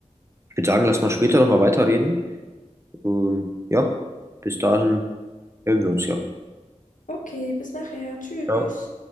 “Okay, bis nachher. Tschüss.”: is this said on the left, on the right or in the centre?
Left